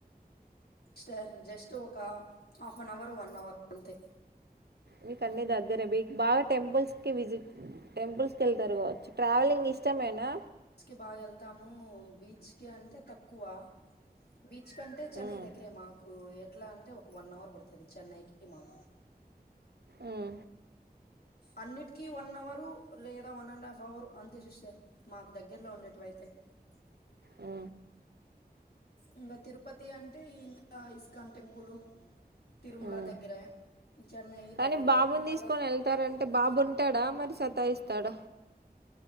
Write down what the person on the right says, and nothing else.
మీకు అన్ని దగ్గరే బి బాగా టెంపుల్స్ కి విజిట్ టెంపుల్స్ కి వెళ్తారు కావచ్చు ట్రావెలింగ్ ఇ ఇష్టమేనా
ఉమ్,
ఉం
అ
ఉమ్.
కానీ
బాబుని
తీసుకొని వెళ్తారంటే బాబు ఉంటాడా మరి సతాయిస్తాడ